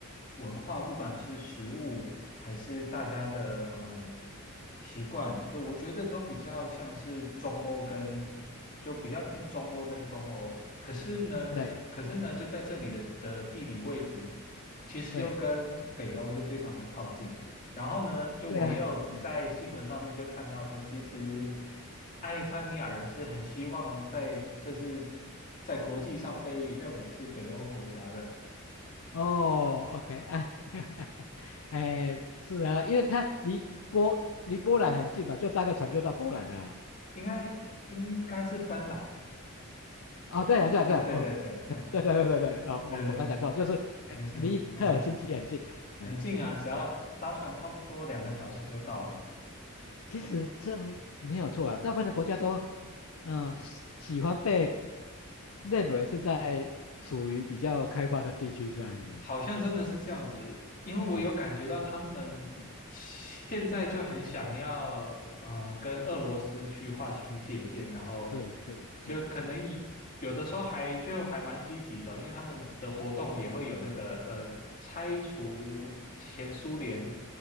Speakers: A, on the left; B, on the left.
A: 文化，不管是食物还是大家的嗯、呃习惯，就我觉得都比较像是中欧跟就比较偏中欧跟东欧。可是呢，
B: 对
A: 可是呢，就在这里的的地理位置，其实又跟北欧就非常的靠近。
B: 对
A: 然后呢，就我也有在新闻上面就看到说，
B: 对啊，嗯嗯，
A: 其实爱沙尼亚人是很希望在就是在国际上被认为是北欧国家的，
B: 哦，OK 啊，<laughs> 哎，是啊，因为它离波离波兰很近嘛，就搭个船就到波兰了啊。
A: 应该应该是芬兰。
B: 哦，对了对了对了，
A: 嗯、对对对，
B: 哦，
A: 嗯，
B: <laughs> 对对对对对，哦，
A: 对对，
B: 我我刚讲错，就是哎离赫尔辛基很近的。
A: 没事没事，嗯哼，
B: 哎
A: 很近啊，只要搭船差不多两个小时就到了。
B: 其实这没有错啊，大部分的国家都，嗯，喜喜欢被认为是在属于比较开发的地区这样子。
A: 好像真的是这样子，
B: 哎
A: 因为我有感觉到他们现在就很想要呃跟俄罗斯去划清界限，
B: 哎嗯嗯，
A: 然后
B: 是是是
A: 就可能以有的时候还就还蛮积极的，因为他们的活动也会有那个呃拆除前苏联
B: 是，嗯